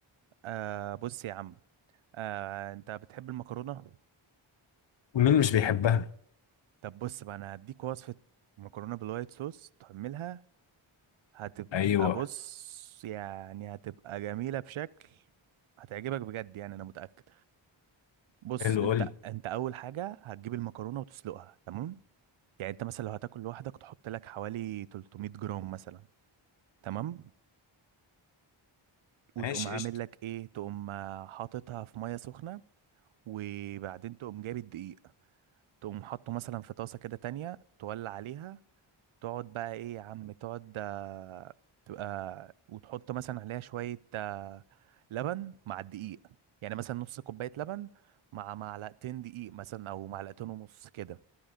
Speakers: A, on the right (about 70°); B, on the left (about 60°).
A: آه بص يا عم آه انت بتحب المكرونه
B: مين مش بيحبها
A: طب بص بقى انا هديك وصفه مكرونه بالوايت صوص تعملها هتبقى
B: ايوه
A: بص يعني هتبقى جميله بشكل هتعجبك بجد يعني انا متاكد بص
B: حلو
A: انت
B: قول لي
A: انت اول حاجه هتجيب المكرونه وتسلقها تمام يعني انت مثلا لو هتاكل لوحدك تحط لك حوالي 300 جرام مثلا تمام وتقوم
B: ماشي
A: عامل
B: قشطه
A: لك ايه تقوم آه، حاططها في ميه سخنه وبعدين تقوم جايب الدقيق تقوم حاطه مثلا في طاسه كده تانية تولع عليها تقعد بقى ايه يا عم تقعد آه، تبقى وتحط مثلا عليها شويه آه، لبن مع الدقيق يعني مثلا نص كوبايه لبن مع معلقتين دقيق مثلا او معلقتين ونص كده